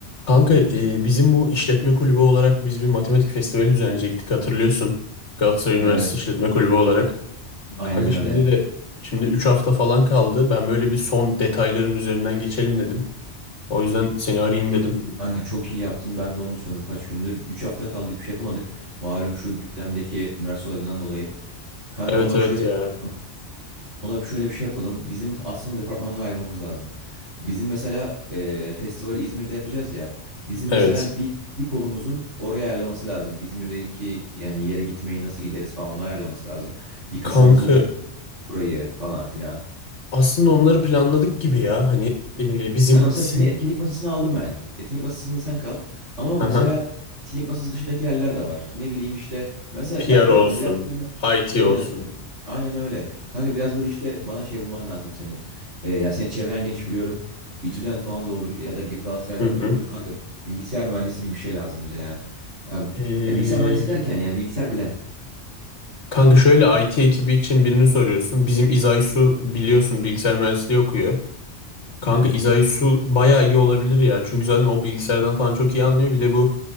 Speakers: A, on the left; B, on the right.
A: Kanka e, bizim bu işletme kulübü olarak biz bir matematik festivali düzenleyecektik hatırlıyorsun. Galatasaray Üniversitesi
B: Evet,
A: İşletme Kulübü olarak.
B: aynen
A: Kanka
B: öyle.
A: şimdi de şimdi 3 hafta falan kaldı. Ben böyle bir son detayların üzerinden geçelim dedim. O yüzden seni arayayım dedim.
B: Kanka çok iyi yaptın. Ben de onu düşünüyordum kaç gündür. 3 hafta kaldı hiçbir şey yapamadık. Malum şu gündemdeki üniversite olaylarından dolayı. Kanka
A: Evet
B: ona
A: evet
B: şöyle
A: ya.
B: bir şey yapalım. Ona bir şöyle bir şey yapalım. Bizim aslında departmanlara ayrılmamız lazım. Bizim mesela e, festivali İzmir'de yapacağız ya. Bizim
A: Evet.
B: mesela bir, bir kolumuzun oraya ayarlaması lazım. İzmir'deki yani yere gitmeyi nasıl gideriz falan onları ayarlaması lazım. Bir kısmımızın
A: Kanka
B: burayı falan filan.
A: aslında onları planladık gibi ya. Hani e, bizim
B: Kanka mesela
A: sim
B: seni etkinlik masasına aldım ben. Etkinlik masasında sen kal. Ama
A: aha,
B: mesela etkinlik masası dışındaki yerler de var. Ne bileyim işte. Mesela
A: PR
B: ya bilmiyorum
A: olsun,
B: biraz böyle.
A: IT
B: Aynen
A: olsun.
B: aynen. Aynen öyle. Kanka biraz böyle işte bana şey bulman lazım senin. Ee, ya senin çevren geniş biliyorum. İTÜ'den falan da olur ya da Ge- Galatasaray'dan
A: Hı
B: da olur. Kanka bilgisayar mühendisi gibi bir şey lazım bize ya. Ya,
A: hı.
B: ya bilgisayar mühendisi derken yani bilgisayar bilen.
A: Kanka şöyle IT ekibi için birini soruyorsun. Bizim İzay Su biliyorsun bilgisayar mühendisliği okuyor. Kanka
B: Evet.
A: İzay Su bayağı iyi olabilir ya. Çünkü zaten o bilgisayardan falan çok iyi anlıyor. Bir de bu